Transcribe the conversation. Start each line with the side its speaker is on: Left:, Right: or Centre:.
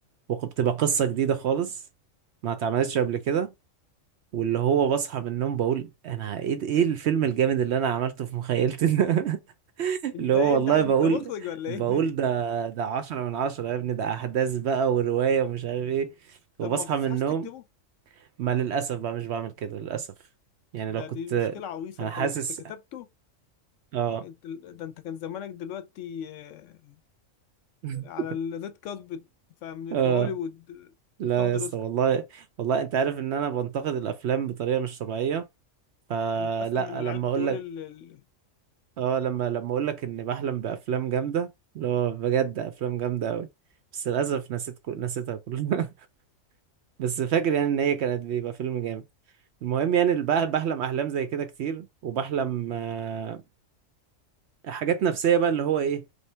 Right: وبتبقى قصه جديده خالص ما اتعملتش قبل كده واللي هو بصحى من النوم بقول انا ايه ايه الفيلم الجامد اللي انا عملته في مخيلتي ده <laughs>
Left: أنت
Right: اللي هو
Left: إيه
Right: والله
Left: أنت عايز
Right: بقول
Left: أنت مخرج ولا
Right: بقول
Left: إيه؟
Right: ده ده عشرة من عشرة يا ابني ده أحداث بقى ورواية ومش عارف ايه
Left: <laughs>
Right: وبصحى
Left: طب ما بتصحاش
Right: من النوم
Left: تكتبه؟
Right: ما للأسف بقى مش بعمل كده للأسف يعني
Left: ده
Right: لو كنت
Left: دي مشكلة عويصة
Right: أنا
Left: أنت
Right: حاسس
Left: لو كنت كتبته
Right: اه
Left: أنت ده أنت كان زمانك دلوقتي آه،
Right: <laughs>
Left: على الريد كاربت فاهم،
Right: اه
Left: في هوليوود آه،
Right: لا
Left: تاخد
Right: يا
Left: الأوسكار
Right: اسطى والله والله انت عارف ان انا بنتقد الافلام بطريقه مش طبيعيه فلا
Left: أنت أصلا من العيال
Right: لما اقول
Left: بتقول
Right: لك
Left: ال... ال-
Right: اه لما لما اقول لك اني بحلم بافلام جامده اللي هو بجد افلام جامده قوي بس للاسف نسيت كل... نسيتها كلها بس فاكر يعني ان هي كانت بيبقى فيلم جامد المهم يعني الب- بحلم احلام زي كده كتير وبحلم آه، حاجات نفسية بقى اللي هو ايه